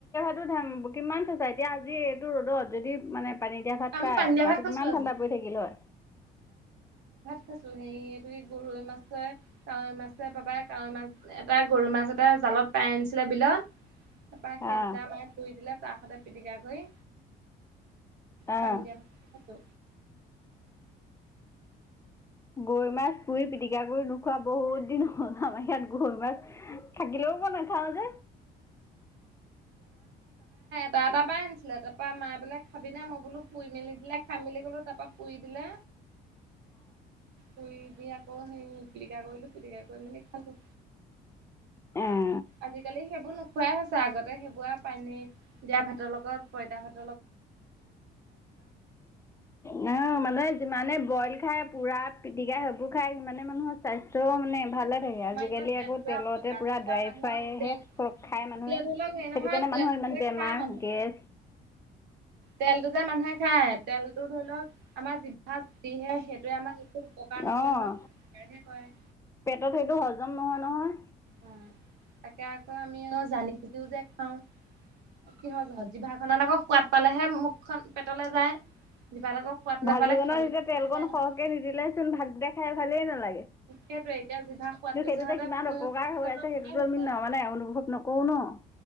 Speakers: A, on the left; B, on the right.
A: <unintelligible> কিমান চেঁচা এতিয়া আজি এইটো ৰ'দত যদি মানে পানী দিয়া ভাত
B: আমি
A: খাই,
B: পানী দিয়া
A: গাটো
B: ভাত খাইছো
A: কিমান
B: আজি
A: ঠাণ্ডা পৰি থাকিল হয়।
B: আছোঁ, সেই এইটো গৰৈ মাছে, কাৱৈ মাছে, বাবায়ে কাৱৈ মাছ এটা, গৰৈ মাছ এটা জা জালত পাই আনিছিলে বিলত। তাৰপৰা সেই
A: অঁ
B: দুটা মানে পুৰি দিলে তাৰ স'তে পিটিকা কৰি পানী
A: অঁ
B: দিয়া খায় আছো।
A: গৰৈ মাছ পুৰি পিটিকা কৰি নোখোৱা বহুত দিন হ'ল, আমাৰ ইয়াত গৰৈ মাছ থাকিলেও অ মই নাখাওঁ যে।
B: তাৰ তাৰ পৰাই আনিছিলে তাৰ পৰা মায়ে বোলে খাবিনে মই বোলো পুৰি মেলি দিলে খাম বুলি কলো তাৰ পৰা পুৰি দিলে। শুই উঠি আকৌ সেই পিটিকা কৰিলো পিটিকা কৰি মেলি খালো।
A: অ',
B: আজিকালি সেইবোৰ নোখোৱাই হৈছে আগতে সেইবোৰ পানী দিয়া ভাতৰ লগত পইতা ভাত।
A: নহ মান যিমানে বইল খায় পুৰা পিটিকা সেইবোৰ খায় সিমানে মানুহৰ স্বাস্থ্য। ত, মানে ভালে থাকে
B: আমাৰ
A: আজিকালি
B: এতিয়া তেলটোৱে
A: আকৌ তেলতে
B: অপকাৰহে
A: পুৰা
B: কৰে
A: ড্ৰাই
B: মানুহক
A: ফ্ৰাইহে
B: তেল
A: চব খাই
B: এতিয়া
A: মানুহে।
B: ধৰি লওক হেৰি
A: সেইটো
B: নহয়
A: কাৰণে
B: তেলটো
A: মানুহৰ ইমান
B: যে
A: বেমাৰ
B: খাই মানুহে
A: গেছ
B: তেলটো যে মানুহ খাই তেলটোধৰি লওক আমাৰ জিভাত দিয়ে সেইটোৱে আমাক একো উপকাৰ নকৰে
A: অ'
B: নহয়। এনে কয়।
A: পেটত সেইটো হজম নহয় - নহয়।
B: অ, তাকে আকৌ আমি আকৌ জানি বুজিও যে খাও। কিহৰজহত জিভাখনত আকৌ সোৱাদ পালেহে মুখখন পেটলে যায়। জিভাত আকৌ সোৱাদ নাপালে
A: ভাজিখনত
B: খাবলৈ
A: যেতিয়া তেল
B: নাযায়
A: কন
B: নহয়
A: সৰহকে নিদিলে চোন ভাতকেটা খাই ভালেই নালাগে। কিন্তু
B: সেইটোৱে এতিয়া জিভা সোৱাদটো
A: সেইটোতে
B: জহতে
A: কিমান
B: স্বাস্থ্যটো
A: অপকাৰ হৈ আছে
B: অপকাৰ
A: সেইটোতো
B: হৈছে।
A: আমি ন মানে অনুভৱ নকৰো ন। অ,